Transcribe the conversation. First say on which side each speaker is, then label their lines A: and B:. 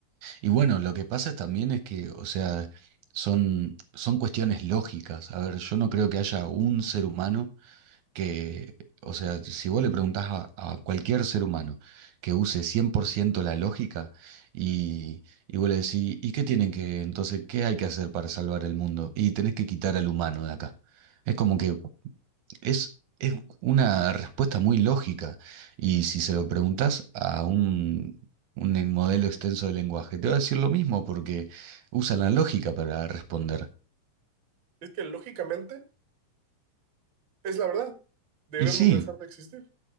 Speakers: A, on the right; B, on the right.
A: Y bueno, lo que pasa también es que, o sea, son, son cuestiones lógicas. A ver, yo no creo que haya un ser humano que, o sea, si vos le preguntás a, a cualquier ser humano que use 100% la lógica y, y vos le decís, ¿y qué tienen que, entonces, qué hay que hacer para salvar el mundo? Y tenés que quitar al humano de acá. Es como que es, es una respuesta muy lógica. Y si se lo preguntás a un... un eh, modelo extenso de lenguaje. Te va a decir lo mismo porque usa la lógica para responder.
B: Es que lógicamente es la verdad. Debemos
A: Y sí.
B: dejar de existir.